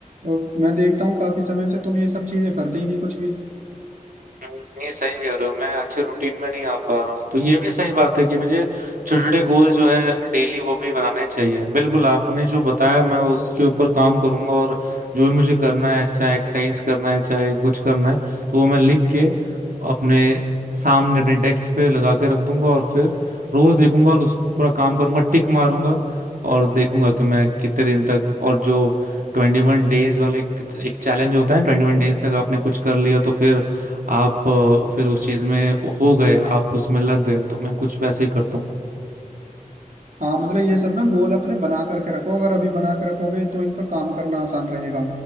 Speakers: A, on the right; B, on the right.
A: और मैं देखता हूँ काफी समय से तुम ये सब चीजें करते ही नहीं कुछ भी
B: नहीं सही कह रहे हो मैं अच्छे रूटीन में नहीं आ पा रहा हूँ तो ये भी सही बात है कि मुझे छोटे छोटे गोल जो है डेली वो भी बनाने चाहिए बिल्कुल आपने जो बताया मैं उसके ऊपर काम करूंगा और जो भी मुझे करना है चाहे एक्सरसाइज करना है चाहे कुछ करना है तो वो मैं लिख के अपने सामने अपने डेस्क पे लगा के रख दूंगा और फिर रोज देखूंगा और उस पर पूरा काम करूंगा टिक मारूंगा और देखूंगा कि मैं कितने दिन तक और जो ट्वेंटी वन डेज वाले एक एक चैलेंज होता है ट्वेंटी वन डेज तक आपने कुछ कर लिया तो फिर आप अ, फिर उस चीज में हो गए आप उसमें लग गए तो मैं कुछ वैसे ही करता हूँ
A: हाँ मतलब ये सब ना गोल अपने बना करके रखो अगर अभी बना के रखोगे तो इन पर काम करना आसान रहेगा